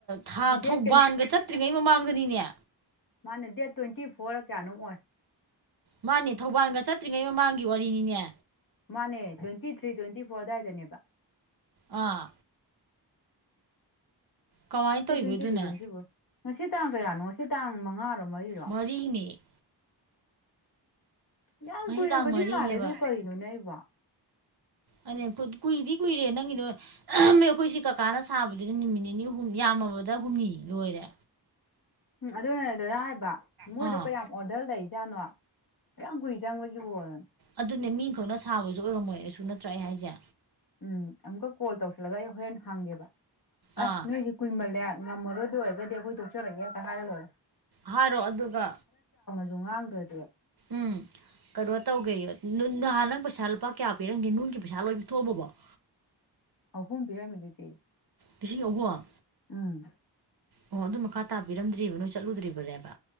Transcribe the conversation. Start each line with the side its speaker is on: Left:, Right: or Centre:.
Right: ꯊꯥ
Left: ꯗꯦꯠ
Right: ꯊꯧꯕꯥꯟꯒ ꯆꯠꯇ꯭ꯔꯤꯉꯩ ꯃꯃꯥꯡꯗꯅꯤꯅꯦ
Left: ꯃꯥꯅꯦ ꯗꯦꯠ ꯇ꯭ꯋꯦꯟꯇꯤ ꯐꯣꯔ ꯀꯌꯥꯅꯣꯝ ꯑꯣꯏ
Right: ꯃꯥꯅꯦ ꯊꯧꯕꯥꯟꯒ ꯆꯠꯇ꯭ꯔꯤꯉꯩ ꯃꯃꯥꯡꯒꯤ ꯋꯥꯔꯤꯅꯤꯅꯦ
Left: ꯃꯥꯅꯦ ꯇ꯭ꯋꯦꯟꯇꯤ ꯊ꯭ꯔꯤ ꯇ꯭ꯋꯦꯟꯇꯤ ꯐꯣꯔ ꯑꯗꯥꯏꯗꯅꯦꯕ
Right: ꯑꯥ ꯀꯃꯥꯏꯅ ꯇꯧꯔꯤꯕ
Left: ꯗꯦꯠ ꯇ꯭ꯋꯦꯟꯇꯤ
Right: ꯑꯗꯨꯅ
Left: ꯊ꯭ꯔꯤ ꯇ꯭ꯋꯦꯟꯇꯤ ꯐꯣꯔ ꯉꯁꯤ ꯇꯥꯡ ꯀꯌꯥꯅꯣ ꯉꯥꯁꯤ ꯇꯥꯡ ꯃꯉꯥꯔꯣ ꯃꯔꯤꯔꯣ
Right: ꯃꯔꯤꯅꯦ
Left: ꯌꯥꯝ
Right: ꯉꯁꯤ
Left: ꯀꯨꯏꯔꯕꯗꯤ
Right: ꯇꯥꯡ ꯃꯔꯤꯅꯦꯕ
Left: ꯃꯥꯜꯂꯦ ꯑꯗꯨ ꯀꯩꯅꯣꯅꯦ ꯑꯩꯕꯣ
Right: ꯑꯅꯦ ꯀꯨꯏꯗꯤ ꯀꯨꯏꯔꯦ ꯅꯪꯒꯤꯗꯣ ꯃꯤ ꯑꯩꯈꯣꯏꯁꯤ ꯀꯀꯥꯅ ꯁꯥꯕꯗꯨꯗꯤ ꯅꯨꯃꯤꯠ ꯅꯤꯅꯤ ꯍꯨꯝ ꯌꯥꯝ ꯃꯕꯗ ꯍꯨꯝꯅꯤ ꯂꯣꯏꯔꯦ
Left: ꯎꯝ ꯑꯗꯨꯅꯦ ꯗꯗꯥ ꯍꯥꯏꯕ ꯃꯣꯏꯗꯣ
Right: ꯑꯥ
Left: ꯀꯌꯥꯝ ꯑꯣꯔꯗꯔ ꯂꯩꯖꯥꯠꯅꯣ ꯌꯥꯝ ꯀꯨꯏ ꯆꯪꯕꯁꯤꯕꯨ
Right: ꯑꯗꯨꯅꯦ ꯃꯤ ꯑꯝꯈꯛꯅ ꯁꯥꯕꯁꯨ ꯑꯣꯏꯔꯝꯃꯣꯏ ꯁꯨ ꯅꯠꯇ꯭ꯔꯥ ꯑꯩ ꯍꯥꯏꯁꯦ
Left: ꯎꯝ ꯑꯃꯨꯛꯀ ꯀꯣꯜ ꯇꯧꯁꯤꯜꯂꯒ ꯑꯩ ꯍꯣꯔꯦꯟ ꯍꯡꯒꯦꯕ
Right: ꯑꯥ
Left: ꯑ ꯅꯣꯏꯁꯦ ꯀꯨꯏꯃꯜꯂꯦ ꯉꯝꯃꯔꯣꯏ ꯗꯧ ꯑꯣꯏꯔꯒꯗꯤ ꯑꯩꯈꯣꯏ ꯇꯣꯛꯆꯔꯒꯦ ꯍꯦꯛꯇ ꯍꯥꯏꯔ ꯂꯣꯏꯔꯦ
Right: ꯍꯥꯏꯔꯣ ꯑꯗꯨꯒ
Left: ꯑꯗꯨ ꯉꯥꯡꯗ꯭ꯔꯗꯤ
Right: ꯎꯝ ꯀꯩꯅꯣ ꯇꯧꯒꯦ ꯅꯍꯥꯟ ꯅꯪ ꯄꯩꯁꯥ ꯂꯨꯄꯥ ꯀꯌꯥ ꯄꯤꯔꯝꯒꯦ ꯅꯨꯡꯒꯤ ꯄꯩꯁꯥ ꯂꯣꯏ ꯄꯤꯊꯣꯛꯑꯝꯃꯕꯣ <inaudible>
Left: ꯑꯍꯨꯝ ꯄꯤꯔꯝꯃꯤꯗꯨꯗꯤ
Right: ꯂꯤꯁꯤꯡ ꯑꯍꯨꯝ
Left: ꯎꯝ
Right: ꯑꯣ ꯑꯗꯨ ꯃꯈꯥ ꯇꯥꯕ ꯄꯤꯔꯝꯗ꯭ꯔꯤꯕ ꯅꯣꯏ ꯆꯠꯂꯨꯗ꯭ꯔꯤꯕꯅꯦꯕ